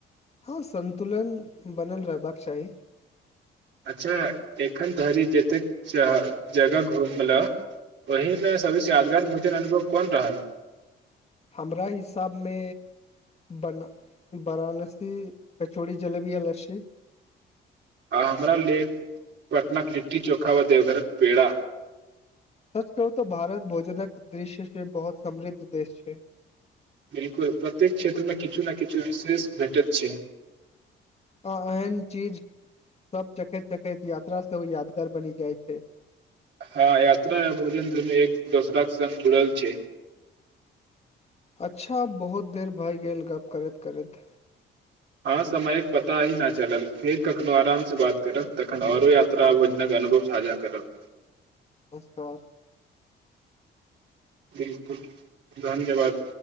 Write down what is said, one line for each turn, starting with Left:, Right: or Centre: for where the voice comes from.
Left: हँ संन्तुलन बनल रहबाक चाही
Right: अच्छा एखन धरि जतेक जगह घुमलह ओहीमे सभसँ यादगार भोजन अनुभव कोन रहल
Left: हमरा हिसाबमे बन वाराणसी कचौड़ी जलेबी आ लस्सी
Right: आ हमरा ले पटनाक लिट्टी चोखा व देवघरक पेड़ा
Left: सच कहू तऽ भारत भोजनक दृश्य से बहुत समृद्ध देश छै
Right: बिलकुल प्रत्येक क्षेत्रमे किछु ने किछु विशेष भेटैत छै
Left: आ एहन चीज सभ चखैत चखैत यात्रा सेहो यादगार बनि जाइ छै
Right: हँ यात्रा आ भोजन दोनो एक दोसरााक संग जुड़ल छै
Left: अच्छा आब बहुत देर भए गेल गप्प करैत करैत
Right: अहाँ समयक पता ही नहि चलल फेर कखनहु आरामसँ बात करब तखन आओरो यात्रा भोजनक अनुभव साझा करब
Left: नमस्कार
Right: बिलकुल धन्यवाद